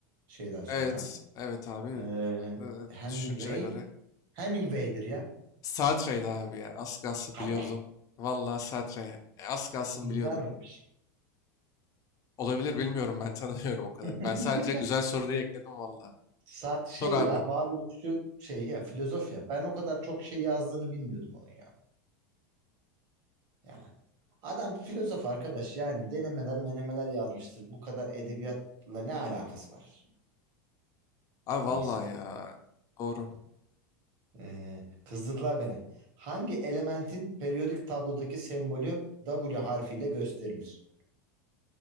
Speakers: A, on the right; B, on the left.
A: Şeyden sonra.
B: Evet, evet abi.
A: Ee,
B: Ee,
A: Hemingway.
B: düşüncene göre.
A: Hemingway'dir ya.
B: Sartre'ydi abi ya. Az kalsın
A: Hadi
B: biliyordun.
A: be.
B: Vallahi Sartre. E, Az kalsın
A: İnkar
B: biliyordun.
A: mı etmiş.
B: Olabilir bilmiyorum ben tanımıyorum o kadar.
A: <laughs>
B: Ben sadece güzel soru diye ekledim vallahi.
A: Sartre şey
B: Sor abi.
A: ya varoluşçu şey ya filozof ya. Ben o kadar çok şey yazdığını bilmiyordum onun ya. Yani adam filozof arkadaş yani denemeler menemeler yazmıştır. Bu kadar edebiyatla ne alakası var?
B: Abi
A: Neyse.
B: vallahi ya. Doğru.
A: Ee, kızdırdılar beni. Hangi elementin periyodik tablodaki sembolü W harfiyle gösterilir?